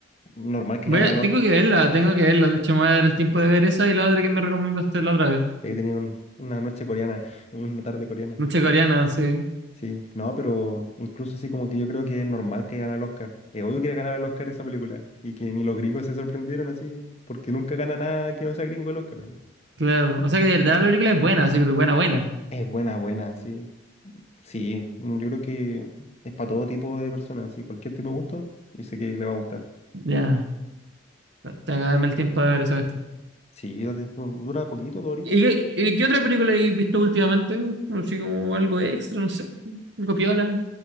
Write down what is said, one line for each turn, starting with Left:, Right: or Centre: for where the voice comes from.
Left: normal que
Right: Voy
Left: gana
Right: a-
Left: el Oscar.
Right: tengo que verla, tengo que verla. De hecho, me voy a dar el tiempo de ver esa y la otra que me recomendaste la otra vez.
Left: He tenido un- una noche coreana, <laughs> una tarde coreana.
Right: Noche coreana, sí,
Left: Sí, no, pero incluso así como que yo creo que es normal que gane el Oscar. Es obvio que iba a ganar el Oscar esa película. Y que ni los gringos se sorprendieron así, porque nunca gana nada que no sea gringo el Oscar.
Right: claro. O sea que de verdad la película es buena, sí, pero buena, buena.
Left: Es buena, buena, sí. Sí, mm, yo creo que es para todo tipo de personas, sí, cualquier tipo de gusto, yo sé que le va a gustar.
Right: Ya, tengo que darme el tiempo de ver esa cuestión.
Left: Sí, date- dura poquito, dos horitas.
Right: ¿Y qué, y qué otra película has visto últimamente? Así como algo extra, no sé. Algo piola,